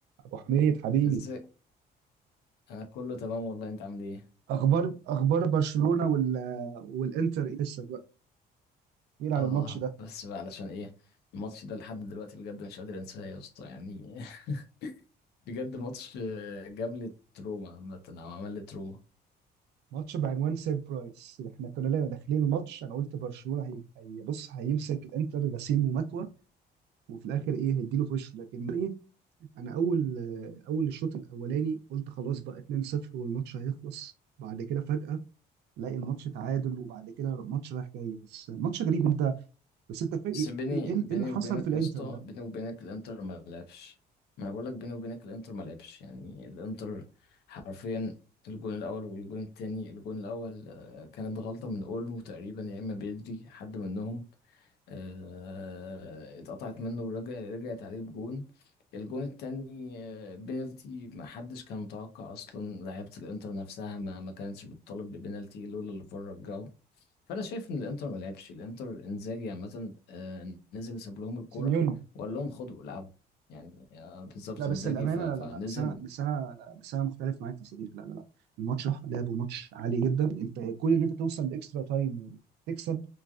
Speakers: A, on the right (about 80°); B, on the left (about 75°).
A: ابو حميد حبيبي
B: ازاي انا كله تمام والله انت عامل ايه
A: اخبار اخبار برشلونه وال والانتر ايه لسه بقى احكي على
B: اه
A: الماتش ده
B: بس بقى علشان ايه الماتش ده لحد دلوقتي بجد مش قادر انساه يا اسطى يعني <laughs> بجد ماتش آه، جاب لي تروما عامه او عمل لي تروما
A: ماتش بعنوان سيربرايز احنا كنا لنا داخلين الماتش انا قلت برشلونه هي هي بص هيمسك الانتر غسيل ومكوى وفي الاخر ايه هيديله في وشه لكن ايه انا اول اول الشوط الاولاني قلت خلاص بقى 2-0 والماتش هيخلص بعد كده فجأة لاقي الماتش تعادل وبعد كده ماتش رايح جاي بس ماتش غريب انت بس انت فا-
B: بس
A: ايه
B: بيني
A: إيه- إيه
B: بيني
A: اللي حصل
B: وبينك
A: في الانتر
B: يا اسطى
A: ده
B: بيني وبينك الانتر ما لعبش ما انا بقول لك بيني وبينك الانتر ما لعبش يعني الانتر حرفيا الجون الاول والجون التاني الجون الاول آه، كانت غلطه من اولمو تقريبا يا اما بيدري حد منهم آه، اتقطعت منه ورجع رجعت عليه بجون الجون التاني آه، بينالتي ما حدش كان متوقع اصلا لعيبه الانتر نفسها ما ما كانتش بتطالب ببينالتي لولا اللي بره رجعه فانا شايف ان الانتر ما لعبش الانتر انزاجي عامه آه، نزل ساب لهم الكوره
A: سيميوني
B: وقال لهم خدوا العبوا يعني آه، بالظبط
A: لا بس
B: انزاجي
A: الامانه
B: ف- فنزل
A: لا لا لا بس انا بس انا لا بس انا مختلف معاك يا صديقي لا لا لا الماتش راح لعب وماتش عالي جدا انت كل ان انت توصل لاكسترا تايم وتكسب